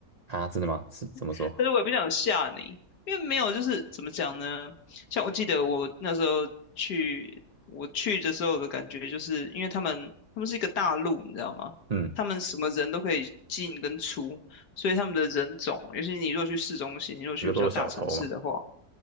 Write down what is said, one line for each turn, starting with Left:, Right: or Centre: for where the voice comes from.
Right: 啊？真的吗？是怎么说？
Left: <laughs> 但是我也不想吓你，因为没有就是怎么讲呢？像我记得我那时候去我去的时候的感觉，就是因为他们他们是一个大陆，你知道吗？
Right: 嗯，
Left: 他们什么人都可以进跟出，所以他们的人种，尤其你如果去市中心，你如果去比较大城市的话。
Right: 比较多小偷嘛，